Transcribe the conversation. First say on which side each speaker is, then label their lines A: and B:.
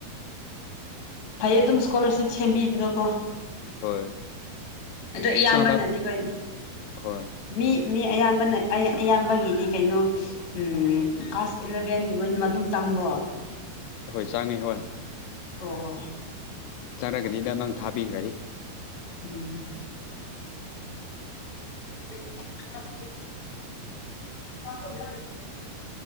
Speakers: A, on the left; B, on the left.
A: ꯐꯩ ꯑꯗꯨꯝ ꯏꯁꯀꯣꯂꯔꯁꯤꯞ ꯁꯦꯝꯕꯤꯕꯗꯣꯀꯣ
B: ꯍꯣꯏ
A: ꯑꯣ ꯏꯌꯥꯝꯕꯅꯗꯤ
B: ꯅꯪ ꯍꯟꯗꯛ
A: ꯀ
B: ꯍꯣꯏ
A: ꯃꯤ ꯃꯤ ꯑꯌꯥꯝꯕꯅ ꯑꯌꯥꯝꯕꯒꯤꯗꯤ ꯀꯩꯅꯣ ꯎꯝ ꯀ꯭ꯂꯥꯁ ꯏꯂꯚꯦꯟꯒꯤ ꯂꯣꯏꯅ ꯃꯇꯨꯡ ꯆꯪꯕ꯭ꯔꯣ
B: ꯍꯣꯏ ꯆꯥꯡꯉꯤ ꯍꯣꯏ
A: ꯑꯣ
B: ꯆꯪꯔꯒꯗꯤꯗ ꯅꯪ ꯊꯥꯕꯤꯈ꯭ꯔꯗꯤ
A: ꯎꯝ <unintelligible> <unintelligible>